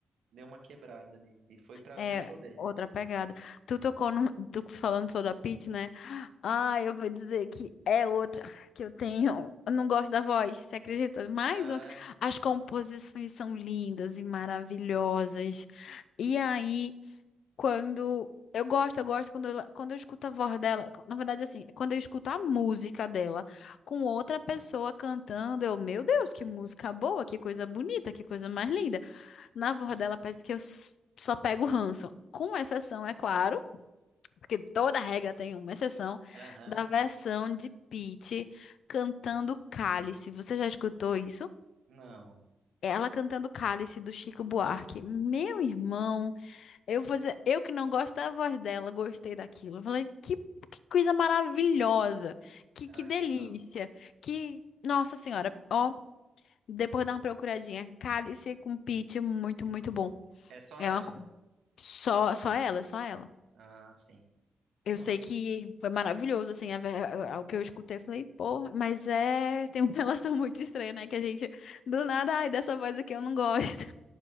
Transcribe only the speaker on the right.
deu uma quebrada ali. E foi pra abrir
o show deles.
Ah,
é?
<laughs>
Aham,
Não.
Ah,
que legal.
É só
ela.
Ah, sim.
Tava
preocupada.